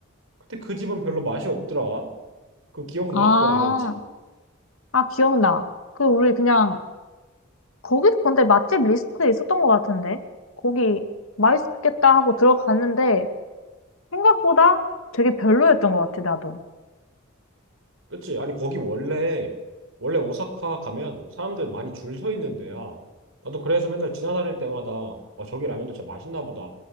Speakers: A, on the right; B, on the left.
A: 근데 그 집은 별로 맛이 없더라. 그거 기억나?
B: 아,
A: 그 라면집?
B: 아, 기억나. 그, 우리 그냥 거기도 근데 맛집 리스트에 있었던 것 같은데. 거기 맛있겠다 하고 들어갔는데 생각보다 되게 별로였던 것 같아, 나도.
A: 그치? 아니 거기 원래 원래 오사카 가면 사람들 많이 줄 서 있는 데야. 나도 그래서 맨날 지나다닐 때마다 와 저기 라면도 진짜 맛있나 보다.